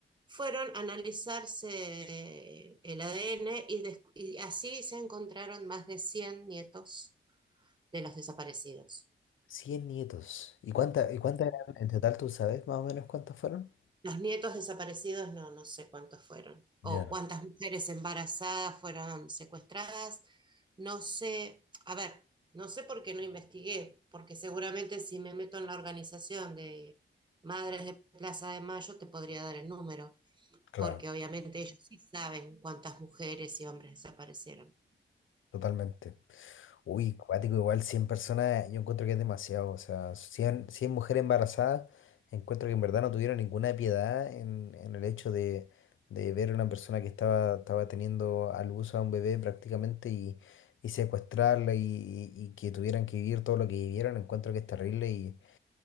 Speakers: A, on the right; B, on the left.
A: fueron a analizarse el ADN y, des- y así se encontraron más de 100 nietos de los desaparecidos.
B: cien nietos. ¿Y cuántas, y cuántas eran en total? ¿Tú sabes más o menos cuántas fueron?
A: Los nietos desaparecidos, no, no sé cuántos fueron,
B: Ya,
A: o cuántas mujeres embarazadas fueron secuestradas, no sé, a ver, no sé por qué no investigué, porque seguramente si me meto en la organización de Madres de Plaza de Mayo te podría dar el número,
B: claro.
A: porque obviamente ellos sí saben cuántas mujeres y hombres desaparecieron.
B: Totalmente. Uy, cuático, igual 100 personas, yo encuentro que es demasiado. O sea, cien cien mujeres embarazadas, encuentro que en verdad no tuvieron ninguna piedad en, en el hecho de, de ver a una persona que estaba, estaba teniendo al uso a un bebé prácticamente y, y secuestrarla y, y- y que tuvieran que vivir todo lo que vivieron. Encuentro que es terrible y,